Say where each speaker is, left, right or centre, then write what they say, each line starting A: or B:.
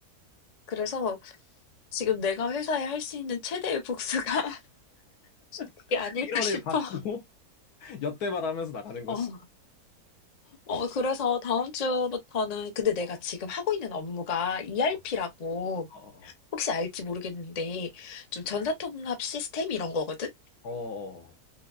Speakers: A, on the left; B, on the left.
A: 그래서 지금 내가 회사에 할 수 있는 최대의 복수가 <laughs> 그게
B: <laughs>
A: 아닐까
B: 1월에
A: 싶어.
B: 받고 <laughs> 엿대발 하면서 나가는 거지.
A: 어. 어 그래서 다음 주부터는 근데 내가
B: 어.
A: 지금 하고 있는 업무가 ERP라고
B: 어. 어.
A: 혹시 알지 모르겠는데 좀 전사통합 시스템 이런 거거든.
B: 어. 어.